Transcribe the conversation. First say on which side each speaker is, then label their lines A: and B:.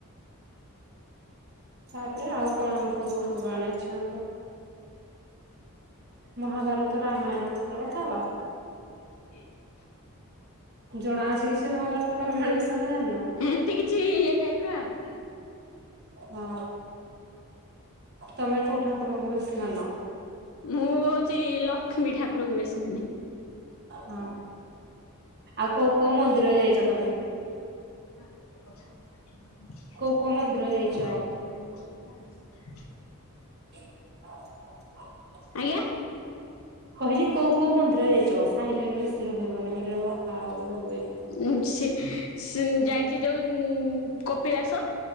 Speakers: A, on the right; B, on the left.
A: ତାପରେ ଆଉ କଣ ପୂର୍ବପୂର୍ବାଣି ଅଛି ଆମର। ମହାଭାରତ ରାମାୟଣର ବିଷୟରେ କଥା ହବା।
B: <inaudible>
A: ଜଣା ଅଛି କିଛି ମହାଭାରତ ବା ରାମୟାଣ ବିଷୟରେ ନା ଜାଣିନ।
B: ଏମତି କିଛି ଇଏ ଟାଇପ ର ଆଉ।
A: ହଁ ତମେ କୋଉ ଠାକୁରଙ୍କୁ ବେଶୀ ମାନ।
B: ମୁଁ ହୋଉଚି ଲ କ୍ଷ୍ମୀ ଠାକୁରଙ୍କୁ ବେଶୀ ମାନେ।
A: ହଁ ଆଉ କୋଉ କୋଉ ମନ୍ଦିର ଯାଇଚ ତମେ।
B: ନାଇଁ
A: କୋଉ କୋଉ ମନ୍ଦିର
B: <unintelligible>
A: ଯାଇଛ? <inaudible>
B: ଆଜ୍ଞା।
A: କହିଲି କୋଉ କୋଉ ମନ୍ଦିର ଯାଇଚ ସାଇଲେଣ୍ଟ ବେଶି ରହିବନି <unintelligible> କଥା ହବ ବେଗି ବେଗି।
B: ଉଁ ସିଏ ସି ଯାଇଚି ଯୋଉ ଉଁ କପିଳାସ।